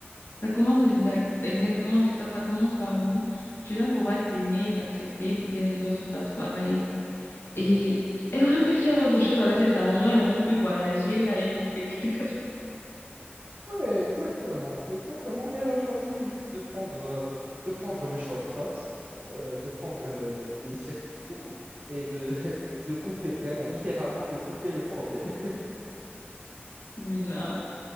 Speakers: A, on the left; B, on the right.
A: ça commence exact, exactement, c'est ça, ça commence par nous. Tu dois pouvoir t'aimer et t'accepter pour que les autres fassent pareil.
B: Ouais.
A: Et elle aurait pu faire autre chose avec cet argent, elle aurait pu voyager, aller visiter <laughs> quelque chose
B: Ouais, exactement, exactement. Mais elle a choisi juste de prendre, euh, de prendre le shortcut, euh, de prendre le, le- le circuit court et de, <laughs> de couper vraiment, littéralement, de couper le problème.
A: de
B: <laughs>
A: bizarre.